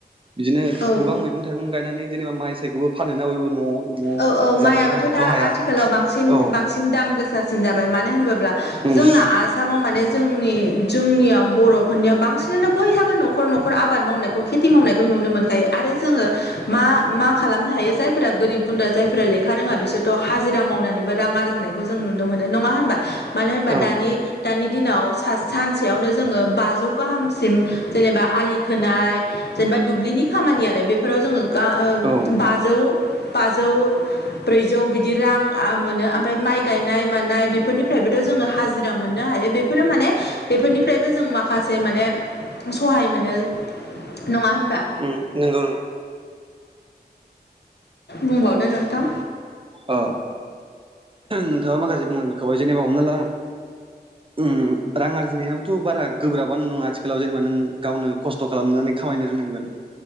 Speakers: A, on the right; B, on the left.
A: बिदिनो
B: औ
A: गोबां मैगं थाइगं गायनानै जेनेबा माइ सायखौबो फानो ना बयबो न'आव न'आव
B: औ औ माइयाबोथ'
A: जाजोबनो हायाथ'
B: दा
A: हाया
B: आथिखालाव बांसिन
A: औ
B: बांसिन दाम गोसासिन जाबाय मानो होनोब्ला
A: उम
B: जोंना आसाम माव माने जोंनि जोंनियाव बर'फोरनियाव बांसिनानो बयहाबो न'खर न'खर आबाद मावनायखौ खेथि नायखौ नुनो मोनखायो आरो जोङो मा मा खालामनो हायो जायफोरा गोरिब गुनद्रा जाय फोरफोरा लेखा रोङा बिसोरथ' हाजिरा मावनानैबो रां आरजिनायखौ जों नुनो मोनो नङा होनबा मानो होनबा
A: औ
B: दानि दानि दिनाव सानसेयावनो जोङो बाजौ गाहामसिम जेनेबा आलि खोनाय जेनेबा दुब्लिनि खामानि आरो बेफोराव जोङो गा ओ
A: औ
B: बाजौ बाजौ ब्रैजौ बिदि रां मोनो ओमफ्राय माइ गायनाय मानाय बेफोरनिफ्रायबोथ' जोङो हाजिरा मोनो। मोननो हायो बेफोरो माने बेफोरनिफ्रायबो जों माखासे माने सहाय मोनो। नङा होनबा
A: ओम नंगौ नंगौ।
B: बुंबावदो नोंथां
A: ओ नोंथाङा माखासे बुंलां बेखौहाय जेनेबा हमना ला ओम रां आरजिनायाबोथ' बारा गोब्राबानो नङा आथिखालाव जेनेबा नों गावनो खस्थ' खालामनानै खामायनो रोंनांगोन।